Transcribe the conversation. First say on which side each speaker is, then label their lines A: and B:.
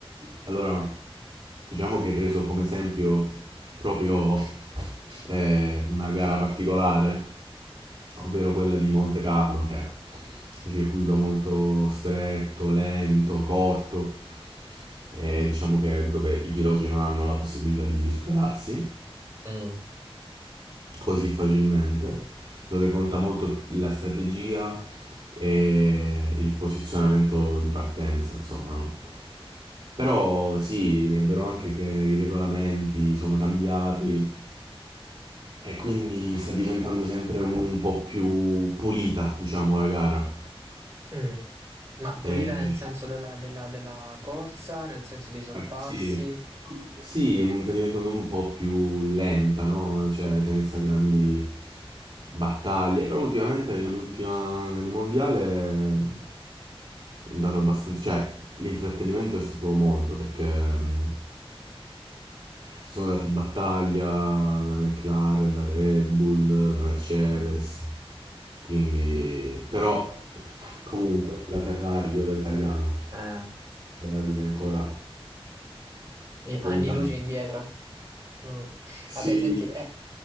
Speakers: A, on the right; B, on the right.
A: Allora, diciamo che hai preso come esempio proprio eh, una gara particolare, ovvero quella di Monte Carlo, che è un circuito molto stretto, lento, corto, e diciamo che è dove i piloti non hanno la possibilità di superarsi.
B: Mm.
A: così facilmente, dove conta molto la strategia e il posizionamento di partenza, insomma, no? Però sì, è vero anche che i regolamenti sono cambiati e quindi sta diventando sempre un po' più pulita, diciamo, la gara.
B: Mm. Ma pulita
A: E-
B: nel senso della, della- della corsa, nel senso dei sorpassi,
A: Sì, sì. Sì, mm, sta diventando un po' più lenta, no? Cioè, senza grandi battaglie. Però ultimamente nell'ultima, nel mondiale mm, è andato abbastanza... Cioè, l'intrattenimento è stato molto perché mm, sono dati in battaglia la McLaren, la Red Bull, la Mercedes.
B: Mm.
A: Quindi, però, comunque, la Ferrari, io da italiano,
B: Eh,
A: Ferrari che ancora
B: anni
A: Lontano.
B: luce indietro. Mm. Vabbè,
A: Sì,
B: senti, eh,